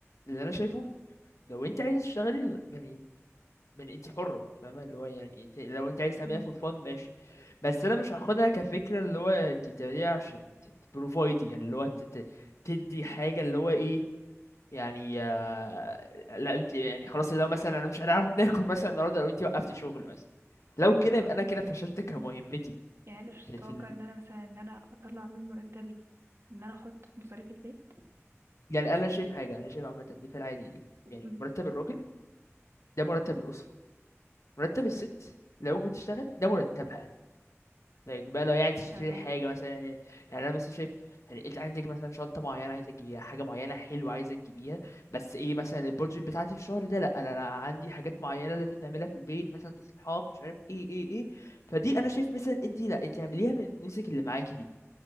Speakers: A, on the left; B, on the right.
A: اللي انا شايفه لو انت عايزة تشتغلي يعني من انت حرة فاهمة اللي هو يعني انت لو انت عايز تعمليها
B: مم.
A: فور فن ماشي بس انا مش هاخدها كفكرة اللي هو انت تعمليها عشان تبروفايدي يعني اللي هو تت- تدي حاجة اللي هو ايه يعني آه، لا انت يعني خلاص لو مثلا انا مش هنعرف ناكل مثلا النهارده لو انت وقفتي شغل مثلا لو كده يبقى انا كده فشلت كمهمتي
B: مم. يعني انا مش
A: في,
B: متوقع
A: في ال...
B: ان انا مثلا ان انا اطلع من مرتبي ان انا احط في مصاريف البيت
A: يعني انا شايف حاجه انا شايف عامه ان في العادي
B: مم.
A: يعني مرتب الراجل ده مرتب الاسره مرتب الست لو بتشتغل ده مرتبها لايك بقى لو هي عايز تشتري
B: تمام
A: حاجه مثلا يعني يعني انا مثلا شايف يعني انت عندك مثلا شنطه معينه عايزه تجيبيها حاجه معينه حلوه عايزه تجيبيها بس ايه مثلا البادجت بتاعتي في الشهر ده لا انا أنا عندي حاجات معينه لازم نعملها في البيت مثلا تصليحات مش عارف ايه ايه ايه فدي انا شايف مثلا انت لا انت اعمليها من فلوسك اللي معاكي دي